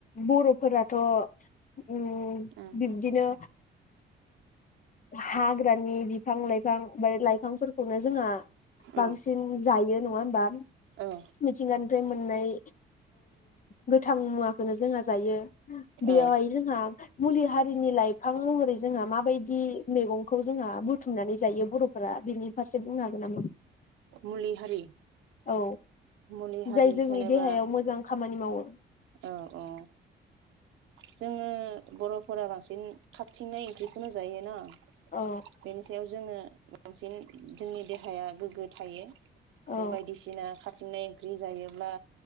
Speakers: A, on the left; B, on the right.
A: बर'फोराथ' ओम
B: उम
A: बिब्दिनो हाग्रानि बिफां लाइफां बे लाइफांफोरखौनो जोंहा
B: औ
A: बांसिन जायो नङा होमबा
B: औ
A: मिथिंगानिफ्राय मोननाय गोथां मुवाखौनो जोंहा जायो। बेयावहाय
B: औ
A: जोंहा मुलि हारिनि लाइफां महरै जोंहा म माबायदि मैगंखौ जोंहा बुथुमनानै जायो बर'फोरा बेनि फारसे बुंनो हागोन नामा?
B: मुलि हारि
A: औ
B: मुलि हारि
A: जाय जोंनि
B: होनोबा
A: देहायाव मोजां खामानि मावो
B: औ औ जोंङो बर'फोरा बांसिन खाथिंनाय ओंख्रिखौनो जायोना।
A: औ
B: बेनि सायाव जोंङो बांसिन जोंनि देहाया गोग्गो थायो
A: औ
B: जों बायदिसिना खा थिंनाय ओंख्रि जायोब्ला